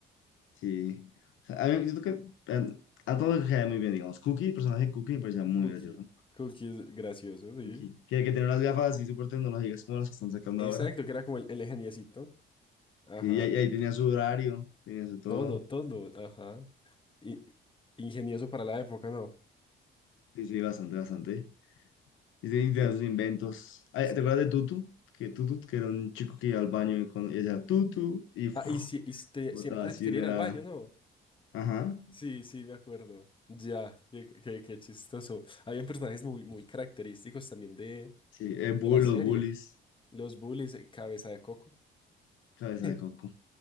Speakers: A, on the left; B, on the left.
A: Sí, O sea, a mí me siento que... eh, A todos les caía muy bien, digamos. Cookie, el personaje de Cookie me parecía muy
B: Cookie.
A: gracioso.
B: Cookie es gracioso, sí.
A: Porque que, que tenía unas gafas así súper tecnológicas como las que están sacando
B: Exacto,
A: ahora.
B: que era como el, el ingeniecito. Ajá.
A: Sí, y ahí, y ahí tenía su horario, tenía su todo.
B: Todo, todo, ajá. Y, ingenioso para la época, ¿no?
A: Sí, sí, bastante, bastante. Y sí, tenía
B: Y,
A: sus inventos. Ay,
B: sí.
A: ¿te acuerdas de Tutu? Que Tutu, que era un chico que iba al baño y, cuando, y decía Tutu y ¡fuf!
B: Ah, y, si, y si te-
A: botaba
B: siempre
A: así,
B: quería
A: era.
B: ir al baño, ¿no?
A: Ajá.
B: Sí, sí, me acuerdo. Ya, qué, qué- qué chistoso. Habían personajes muy, muy característicos también de,
A: Sí, el bull,
B: de la serie.
A: los bullies,
B: Los bullies, eh, cabeza de coco.
A: cabeza
B: <laughs>
A: de coco.